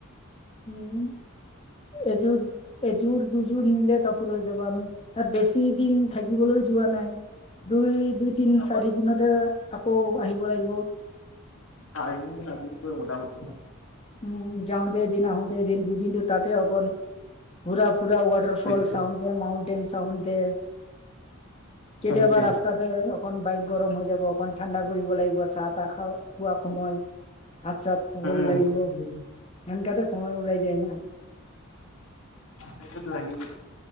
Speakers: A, on the left (about 25°); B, on the left (about 65°).
A: উম, এযুৰ, এযুৰ দুযোৰ নিলে কাপোৰ হৈ যাব আমি, তাত বেছি দিন থাকিবলৈ যোৱা নাই। দুই, দুই-তিন-চাৰি
B: বাৰু
A: দিনতে, আকৌ আহিব লাগিব।
B: চাৰি দিনতো লাগিবই মোটা-মোটি ন?
A: উম, যাওঁতেদিন আহোতে এদিন দুদিনটো তাতে অকল, ঘুৰা-ফুৰা ৱাটাৰ ফল
B: সেইটোৱে
A: চাওঁনটেন-মাউনতেন চাওঁতে, কেতিয়াবা
B: সেইটোৱে
A: ৰাস্তাত। তে, অকন বাইক গৰম হৈ যাব অকন ঠাণ্ডা কৰিব লাগিব চাহ-তাহ খাওঁ, খোৱা সময়ইত। ভাত-চাত খাবলৈ
B: উম
A: লাগিব হয়, সেনকেতো সময় ওলাই যায় না
B: সেইটোত লাগিবই।